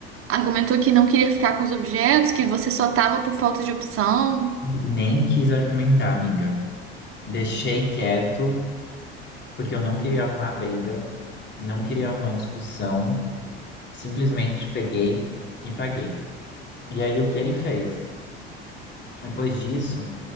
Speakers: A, on the right; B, on the left.
A: Argumentou que não queria ficar com os objetos, que você só tava por falta de opção.
B: Nem quis argumentar, amiga. Deixei quieto. porque eu não queria arrumar briga, não queria arrumar discussão, simplesmente peguei e paguei. E aí o que ele fez? Depois disso,